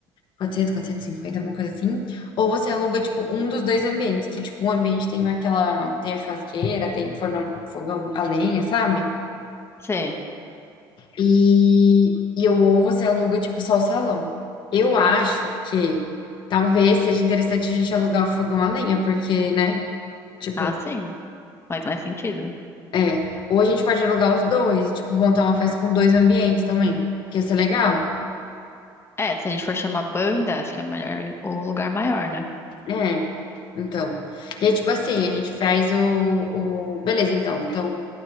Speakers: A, on the left (about 55°); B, on the left (about 25°).
A: quatrocentos quatrocentos e cinquenta alguma coisa assim. Ou você aluga, tipo, um dos dois ambientes, que, tipo, um ambiente tem aquela, tem a churrasqueira, tem fornão, fogão a lenha, sabe?
B: Sei.
A: E, e eu ou você aluga, tipo, só o salão. Eu acho que talvez seja interessante a gente alugar o fogão a lenha, porque, né? Tipo,
B: Ah, sim. Faz mais sentido.
A: é. Ou a gente pode alugar os dois, tipo, montar uma festa com dois ambientes também, que ia ser legal.
B: É, se a gente for chamar banda, acho que é melhor o lugar maior, né?
A: É. Então. E aí, tipo assim, a gente faz o, o... Beleza, então. Então,